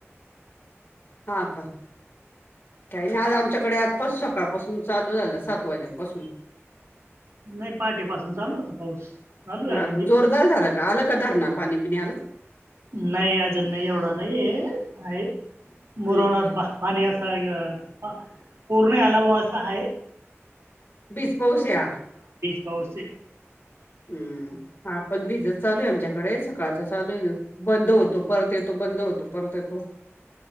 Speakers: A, on the left; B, on the right.
A: हा का काही नाही आज आमच्याकडे आजपास सकाळ पासून चालू झाला सात वाजेपासून
B: नाही पहाटेपासून चालू होता पाऊस चालू आहे
A: हा
B: अजून
A: का
B: बी
A: जोरदार झाला का आलं का धरणार पाणी बिनी आलं.
B: नाही अजून नाये एवढा नाहीये आहे. मुरनाट
A: नाही का
B: बां पाणी असणार आहे ग पूर नाय आला बुआ असा आहे.
A: बिज पाऊस ये हा
B: पाऊस ये.
A: हम्म हा पण भिज चालू आहे आमच्याकडे सकाळचा चालू ये बंद होतो परत येतो बंद होतो परत येतो.